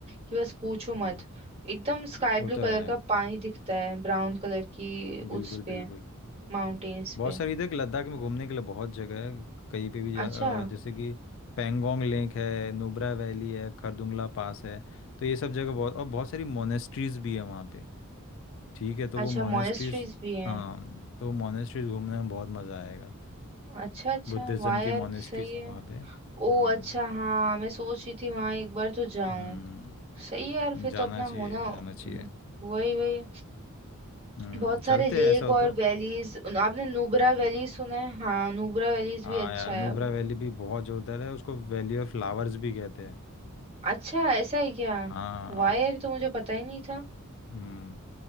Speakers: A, on the right; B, on the left.
A: कि बस पूछो
B: हम्म
A: मत एकदम स्काई ब्लू
B: वो तो
A: कलर
B: है
A: का पानी दिखता है ब्राउन कलर की उस
B: बिल्कुल
A: पे
B: बिल्कुल
A: माउंटेन्स
B: बहुत
A: पे
B: सारी इधर के लद्दाख में घूमने के लिए बहुत जगह है कहीं पे भी जा
A: अच्छा
B: अ, जैसे कि पैंगोंग लेक है नुब्रा वैली है खरदुंगला पास है तो ये सब जगह बहुत और बहुत सारी मोनेस्ट्रीज भी है वहाँ पे ठीक है तो वो
A: अच्छा
B: मोनेस्ट्रीज
A: मोनेस्ट्रीज भी हैं
B: हाँ तो वो मोनेस्ट्रीज घूमने में बहुत मज़ा आएगा
A: अच्छा अच्छा
B: बुद्धिज़्म
A: वाह यार
B: की मोनेस्ट्रीज
A: सही है
B: है वहाँ पे हम्म
A: ओ अच्छा हाँ मैं सोच रही थी वहां एक बार तो जाऊं
B: हम्म
A: सही है यार फिर
B: जाना
A: तो अपना
B: चाहिए
A: होना
B: जाना चाहिए
A: वही वही
B: हम्म
A: बहुत सारे
B: चलते
A: लेक
B: हैं ऐसा हो
A: और
B: तो
A: वैलीज आपने नुब्रा
B: हम्म।
A: वैली सुना है हाँ नुब्रा वैलीज
B: हाँ
A: भी अच्छा
B: यार
A: है
B: नुब्रा वैली भी बहुत जोरदार है उसको वैली ऑफ फ्लावर्स भी कहते हैं
A: अच्छा ऐसा है क्या
B: हाँ
A: वायर तो मुझे पता ही नहीं था
B: हम्म